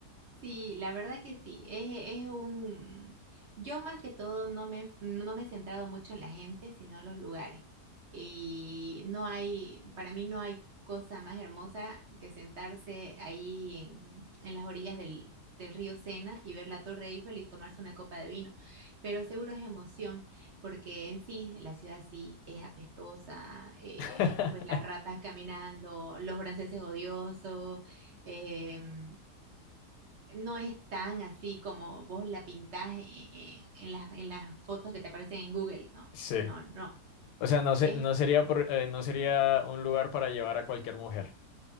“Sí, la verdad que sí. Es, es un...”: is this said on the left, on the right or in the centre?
Right